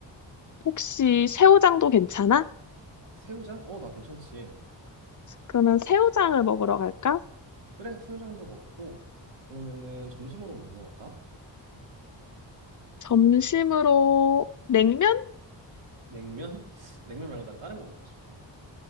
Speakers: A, on the left (about 45°); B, on the right (about 80°).
A: 혹시 새우장도 괜찮아?
B: 새우장? 어, 나 괜찮지.
A: 그러면 새우장을 먹으러 갈까?
B: 그래, 새우장도 먹고 그러면은 점심으로 뭐 먹을까?
A: 점심으로 냉면?
B: 냉면? <laughs> 냉면 말고 난 다른 거 먹고 싶어.